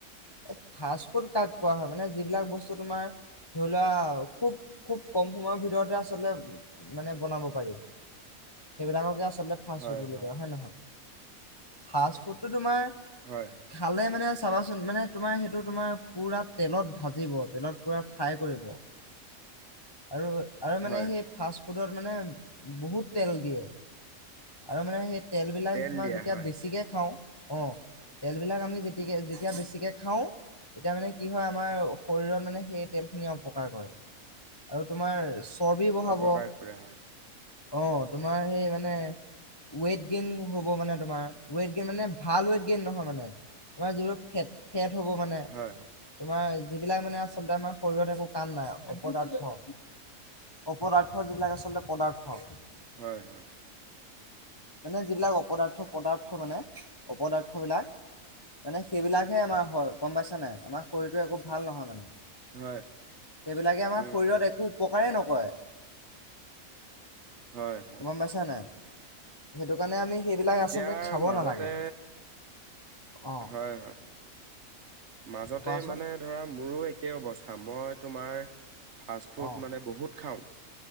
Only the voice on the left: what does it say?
এই ফাৰ্ষ্ট ফুড কাক কোৱা হয় মানে যিবিলাক বস্তু তোমাৰ ধৰি লোৱা খুব খুব কম সময়ৰ ভিতৰতে আচলতে মানে বনাব পাৰি। সেইবিলাককে আচ লতে ফাৰ্ষ্ট
ফুড বুলি
কোৱা হয়নে নহয়? ফাৰ্ষ্ট ফুডটো তোমাৰ
খালে মানে চাবাচোন মানে তোমাৰ সেইটো তোমাৰ পূৰা তেলত ভাজিব, তেলত পূৰা ফ্ৰাই কৰিব। আৰু আৰু মানে
সেই ফাৰ্ষ্ট ফুডত মানে বহুত তেল দিয়ে আৰু মানে সেই তেলবিলাক
তোমাৰ
যেতিয়া
বেছিকে খাওঁ। অ' তেল বিলাক আমি যেতি যেতিয়া বেছিকে খাওঁ। তেতিয়া মানে কি হয়, আমাৰ শৰীৰত মানে সেই তেলখিনিয়ে অপকাৰ কৰে। আৰু তোমাৰ চৰ্বি বঢ়াব।
অ' তোমাৰ সেই মানে ৱেইট গেইন হ'ব মানে তোমাৰ ৱেইট গেইন মানে ভাল ৱেইট গেইন নহয় মানে আমাৰ যিবোৰ ফেট ফেট হ'ব মানে,
তোমাৰ যিবিলাক মানে আচলতে আমাৰ শৰীৰত একো কাম নাই অপদাৰ্থ। অপদাৰ্থ যিবিলাক আচলতে পদাৰ্থ।
মানে যিবিলাক অপদাৰ্থ পদাৰ্থ মানে অপদাৰ্থ বিলাক মানে সেইবিলাকহে আমাৰ হয় গম পাইছা নাই আমাৰ শৰীৰটো একো ভাল নহয় মানে
সেইবিলাকে আমাৰ
শৰীৰত
একো উপকাৰে নকৰে
গম পাইছা নাই? সেইটো কাৰণে আমি সেইবিলাক
আচলতে খাব
নালাগে অ
কোৱাচোন
অ